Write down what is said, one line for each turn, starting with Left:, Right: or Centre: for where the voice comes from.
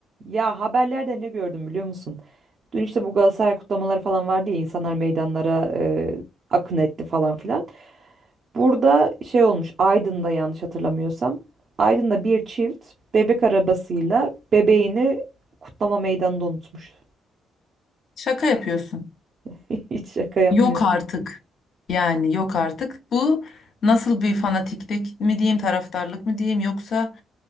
Right: Ya haberlerde ne gördüm biliyor musun? Dün işte bu Galatasaray kutlamaları falan vardı ya insanlar meydanlara e, akın etti falan filan. Burada şey olmuş Aydın'da yanlış hatırlamıyorsam. Aydın'da bir çift bebek arabasıyla bebeğini kutlama meydanında unutmuş.
Left: Şaka yapıyorsun.
Right: <laughs> Hiç şaka yapmıyorum.
Left: Yok artık. Yani yok artık. Bu nasıl bir fanatiklik mi diyeyim, taraftarlık mı diyeyim yoksa